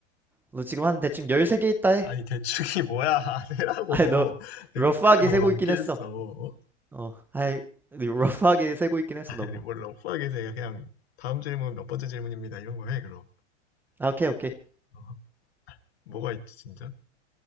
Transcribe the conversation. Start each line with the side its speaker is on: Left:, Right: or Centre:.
Centre: 너 지금 한 대충 13개 있다 해.
Left: 아니, 대충이 뭐야. 안 해라고.
Centre: 아이, 너
Left: <laughs>
Centre: 러프하게
Left: 그거 너
Centre: 세고
Left: 넘게
Centre: 있긴 했어.
Left: 했어. 어?
Centre: 어, 아이, 네, 러프하게 세고 있긴 했어,
Left: 아니,
Centre: 너무.
Left: 뭘 러프하게 해. 그냥, 다음 질문 몇 번째 질문입니다. 이런 거 해, 그럼.
Centre: 아, 오케이, 오케이.
Left: 어? 뭐가 있지, 진짜?